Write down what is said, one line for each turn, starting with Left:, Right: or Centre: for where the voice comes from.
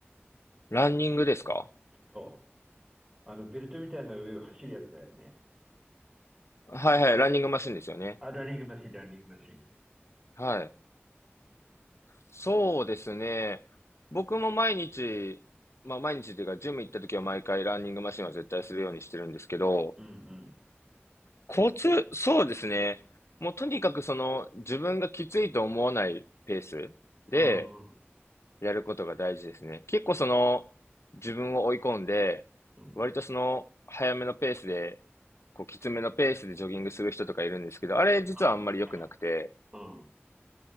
Left: ランニングですか
Right: そう。あの、ベルトみたいな上を走るやつだよね。
Left: はいはい、ランニングマシンですよね。
Right: あ、ランニングマシン、ランニングマシン。
Left: はい。そうですね。僕も毎日、まあ毎日というか、ジム行った時は毎回ランニングマシンは絶対するようにしてるんですけど、
Right: うんうん。
Left: コツ、そうですね。もうとにかくその自分がきついと思わないペースで
Right: うんうん。
Left: やることが大事ですね。結構その自分を追い込んで、
Right: うん
Left: 割とその早めのペースで、こうきつめのペースでジョギングする人とかいるんですけど、あれ実はあんまり良くなくて、
Right: あうーん。うん。